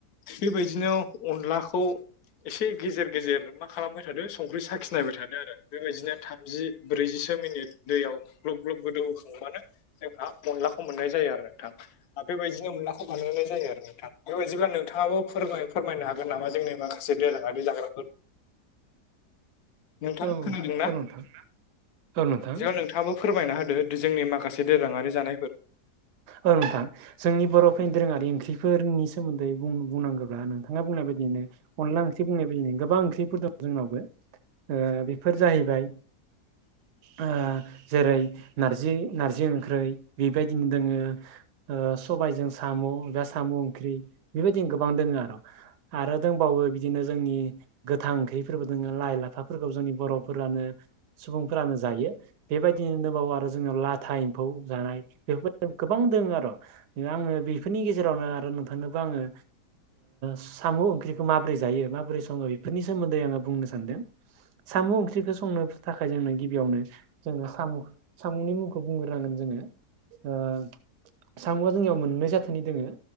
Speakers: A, on the left (about 65°); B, on the right (about 80°).
A: बेबायदिनो अनलाखौ एसे गेजेर गेजेर मा खालामबाय थादो संख्रि साखिनायबाय थादों आरो। बेबायदिनो थामजि ब्रैजिसो मिनिट दैयाव ग्लब ग्लब गोदौ होखांबानो जोंहा अनलाखौ मोननाय जायो आरो नोंथां। बेबायदिनो मोनलाखौ बानायोननाय जायो आरो नोंथां बेबायदिब्ला नोंथाङाबो फोर फोरमायनो हागोन नामा जोंनि माखासे दोरोङारि जाग्राफोर नोंथां
B: औ
A: खोनदोंना?
B: औ नोंथां औ नोंथां
A: जयाव नोंथाङाबो फोरमायना होदो। जोंनि माखासे दोरोङारि जानायफोर
B: ओ नोंथां। जोंनि बर'फोरनि दोरोङारि ओंख्रिफोरनि सोमोन्दै बुंनांगौब्ला नोंथाङा बुंनाय बायदियैनो अनला ओंख्रि बुंनाय बायदिनो गोबां ओंख्रिफोर दं जोंनावबो ओ बेफोर जाहैबाय ओ जेरै नारजि नारजि ओंख्रै बेबायदिनो दोङो ओ सबायजों साम' बेा साम' ओंख्रि बेबायदिनो गोबां दोङो आरो। आरो दंबावो बिदिनो जोंनि गोथां ओंख्रिफोरबो दोङो लाइ - लाफाफोरखौ जोंनि बर'फोरानो सुबुंफोरानो जायो बेबायदिनो दबावो आरो जोंनियाव लाथा एम्फौ जानाय बेफोरबाय गोबां दङ आरो' आङो बेफोरनि गेजेरावनो आरो नोंथांनोबो आङो साम' ओंख्रिखौ माबोरै जायो माबोरै सङो बेफोरनि सोमोन्दै आङो बुंनो सानदों। साम' ओंख्रिखौ संनो थाखाय जोंनो गिबियावनो जोङो साम' सामुंनि मुंखौ बुंग्रांगोन जोङो ओ सामुआ जोंनियाव मोननै जाथोननि दोङो।